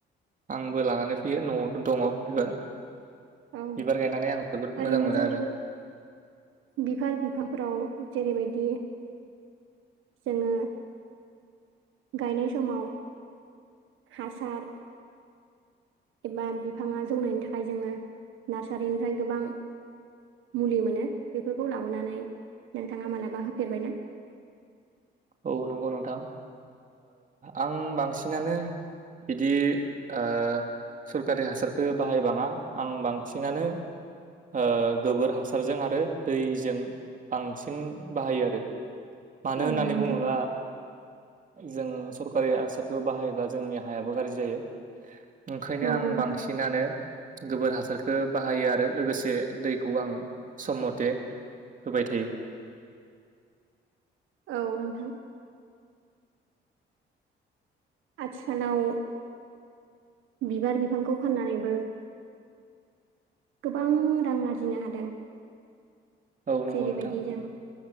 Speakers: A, on the right (about 40°); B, on the right (about 85°).
A: आंबो लानानै फैयो न'आवनो दङ बिबार
B: औ
A: बिबार गायनानै आं जोबोद मोजां
B: ओरैनो
A: मोनो
B: जों
A: आरो
B: बिफोर बिफांफोराव जेरैबायदि दि जोङो गायनाय समाव हासार एबा बिफाङा जौनायनि थाखाय जोङो नार्सारिनिफ्राय गोबां मुलि मोनो बेफोरखौ लाबोनानै नोंथाङा मालाबा होफेरबायना? <inaudible>
A: औ नंगौ नोंथां आं बांसिनानो बिदि ओ सरखारि हासारखौ बाहायबाङा आं बांसिनानो ओ गोबोर हासारजों आरो दैजों बांसिन बाहायो आरो। मानो
B: औ
A: होननानै
B: नोंथां
A: बुङोब्ला जों सरकारि हासारखौ बाहायोब्ला जोंनि हायाबो गारजि जायो। ओंखायनो
B: नंगौ
A: आं
B: नोंथां
A: बांसिनानो गोबोर हासारखो बाहायो आरो लोगोसे दैखौ आं सम मथे होबाय थायो।
B: औ नोंथां। आथिखालाव बिबार बिफांखौ फाननानैबो गोबां रां आरजिनो हादों
A: औ नंगौ
B: जेरैबायदि
A: नोंथां
B: जों